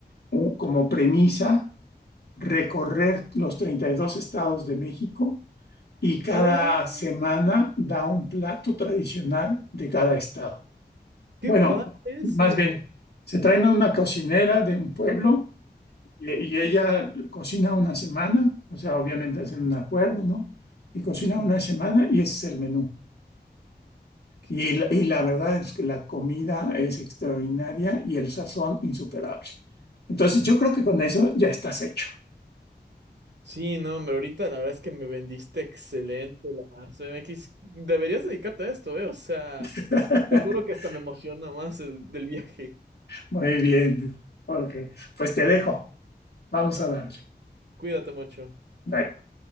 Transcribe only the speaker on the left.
un- como premisa recorrer los 32 estados de México y cada
semana da un plato tradicional de cada estado.
Bueno,
más
bien, se traen a una cocinera de un pueblo y, y ella cocina una semana, o sea, obviamente hacen un acuerdo, ¿no? Y cocina
una semana y ese es el menú.
Y,
la-
y la verdad es que la comida es extraordinaria y el sazón insuperable. Entonces yo creo que con eso ya estás hecho.
<laughs>
Muy bien, Jorge. Pues te dejo. Vamos a darle.
Bye.